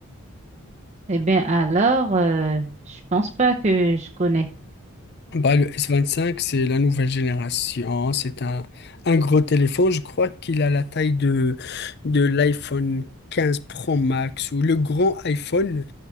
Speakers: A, on the right; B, on the left.
A: Eh bien, alors, euh, je pense pas que je connais.
B: Bah, le S25, c'est la nouvelle génération. C'est un, un gros téléphone. Je crois qu'il a la taille de, de l'iPhone 15 Pro Max ou le grand iPhone.